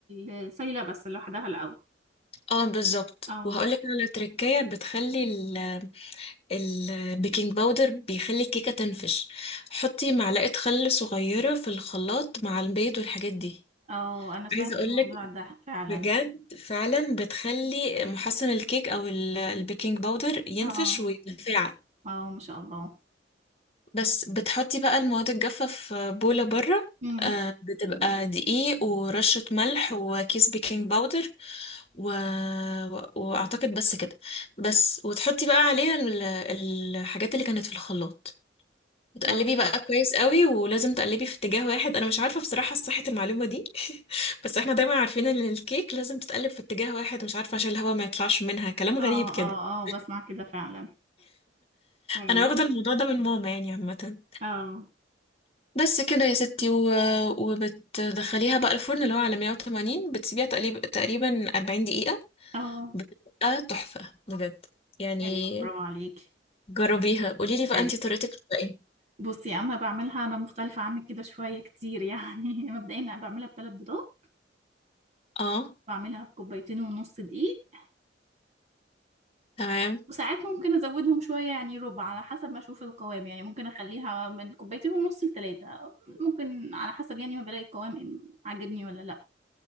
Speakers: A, on the right; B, on the left.
A: السايله بس لوحدها الاول
B: اه بالظبط
A: اه
B: وهقولك على تركاية بتخلي ال- البيكنج باودر بيخلي الكيكة تنفش حطي معلقة خل صغيرة في الخلاط مع البيض والحاجات دي
A: اه انا سمعت
B: عايزة اقولك
A: الموضوع ده فعلا
B: بجد فعلا بتخلي محسن الكيك او ال- البيكنج باودر ينفش
A: اه
B: ويتفاعل
A: اه ما شاء الله
B: بس بتحطي بقى المواد الجافة في بولة بره
A: امم
B: آه، بتبقى دقيق ورشة ملح وكيس بيكنج باودر و... واعتقد بس كده بس وتحطي بقى عليها ال- الحاجات اللي كانت في الخلاط بتقلبي
A: اه
B: بقى كويس قوي ولازم تقلبي في اتجاه واحد انا مش عارفه بصراحه صحه المعلومه دي <laughs> بس احنا دايما عارفين ان الكيك لازم تتقلب في اتجاه واحد مش عارفه عشان الهواء ما يطلعش منها كلام غريب
A: اه
B: كده
A: اه آه، بسمع كده فعلا طيب
B: انا واخده الموضوع ده من ماما يعني عامه
A: اه
B: بس كده يا ستي و... وبتدخليها بقى الفرن اللي هو على 180 بتسيبيها تقريبا تقريبا 40 دقيقه
A: اه
B: بتبقى تحفه بجد يعني
A: حلو برافو عليك
B: جربيها قولي لي بقى
A: حلو
B: انتي طريقتك بتبقى ايه
A: بصي انا بعملها انا مختلفة عنك كده شوية كتير يعني <laughs> مبدئيا انا بعملها بثلاث بيضات
B: اه
A: بعملها بكوبايتين ونص دقيق
B: تمام
A: وساعات ممكن ازودهم شوية يعني ربع على حسب ما اشوف القوام يعني ممكن اخليها من كوبايتين ونص لثلاثة ممكن على حسب يعني ما بلاقي القوام عاجبني ولا لا